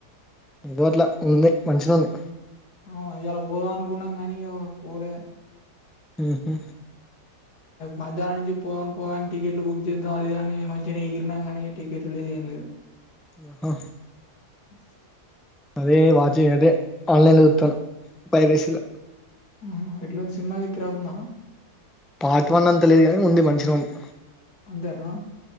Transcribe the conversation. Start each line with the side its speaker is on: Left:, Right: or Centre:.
Centre: ఇదో అట్ల ఉంది మంచిగానే ఉంది
Left: అవునా ఇయ్యాల పోదాం అనుకున్నాం గాని ఇగ పోలే
Centre: ఉహు
Left: మధ్యానం నుంచి పోదాం పోదాం అని టికెట్లు బుక్ చేద్దాం అది కాని మంచిగా ఎగిరినం కానీ టికెట్లు ఏం లేదు
Centre: ఆహో
Left: <inaudible>
Centre: అదే వాచ్ అదే ఆన్లైన్ లో చూస్తున్న పైరసీలో
Left: ఆ ఎట్లా ఉంది సినిమా అది కిరాక్ ఉందా
Centre: పార్ట్ వన్ అంతా లేదు గాని ఉంది మంచిగానే ఉంది
Left: అంతేనా